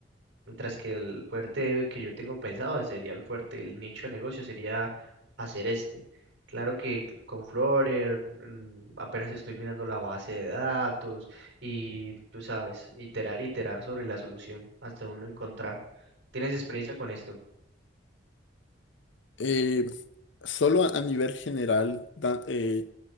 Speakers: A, on the right; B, on the left.
A: Mientras que el fuerte que yo tengo pensado sería el fuerte, el nicho de negocio sería hacer este. Claro que con Flutter mm, apenas estoy mirando la base de datos y tú sabes, iterar, iterar sobre la solución hasta uno encontrar. ¿Tienes experiencia con esto?
B: Eh, solo a a nivel general, da- eh,